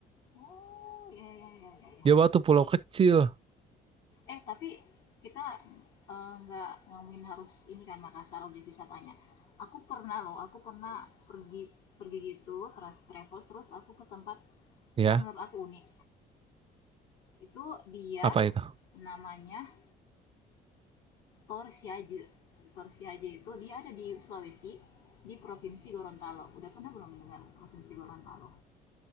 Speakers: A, on the left; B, on the right.
A: Oh, ya ya ya ya ya.
B: Jawa tuh pulau kecil.
A: Eh, tapi kita eh, nggak ngomongin harus ini kan Makassar objek wisatanya. Aku pernah loh, aku pernah pergi pergi gitu tra- travel terus aku ke tempat
B: Ya,
A: yang menurut aku unik. Itu dia
B: apa itu?
A: namanya Torsiaje. Torsiaje itu dia ada di Sulawesi di Provinsi Gorontalo. Udah pernah belum dengar Provinsi Gorontalo?